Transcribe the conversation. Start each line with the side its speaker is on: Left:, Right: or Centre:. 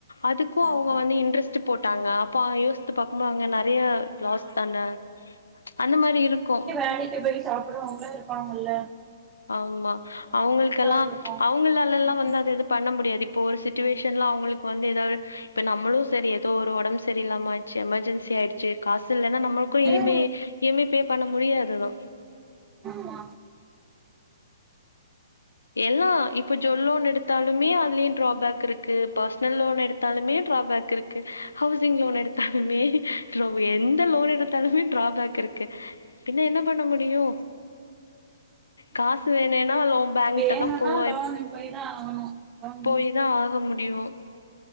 Left: அதுக்கும் அவ்ங்க
Right: ஆமா
Left: வந்து இன்ட்ரஸ்ட் போட்டாங்க அப்போ யோச்த்து பாக்கும்போ அவ்ங்க நறைய லாஸ்
Right: ஆ
Left: தான அந்த மாரி இருக்கு
Right: வேலெக்கி போய் சா ப்புட்ற அவங்களு இருப்பாங்கல்ல
Left: ஆமா
Right: அவங்களுக்குலா எவ்ளோ
Left: அவங்களுக்கெல்லா
Right: கஷ்டோ இருந்திருக்கு
Left: அவங்களால எல்லா
Right: ம்
Left: வந்து அது எது பண்ண முடியாது இப்போ ஒரு சி சிட்டிவேஷன்ல அவ்ங்களுக்கு வந்து எதாவ்து இப்ப நம்மளு செரி எதோ ஒரு ஒடம்பு செரில்லாம ஆய் டுச்சு எமர்ஜென்சி ஆயிடுச்சு காசு இல்லன்னா நம்மளுக்கு இ
Right: ம்
Left: யம்
Right: ம்
Left: ஏ இ எம் ஐ பே பண்ண முடியாதுதா
Right: ஆமா
Left: எல்லா இப்போ ஜொல் லோன் எடுத்தாலுமே அதுலயு ட்ராபேக் இருக்கு பர்சனல் லோன் எடுத்தாலுமே ட்ராபேக் இருக்கு ஹவ்சிங் லோன் எடுத்தாலுமே ரொம்ப எந் த லோன் எடுத்தாலுமே ட்ராபேக் இருக்கு பின்ன என்ன பண்ண முடியு காசு வேணென்னா லோம் பேங்
Right: வேணுனா
Left: ட்டதா போ ஆய்
Right: லோனுக்கு போய் தா ஆகணு லோன்
Left: போயி தா ஆக முடியு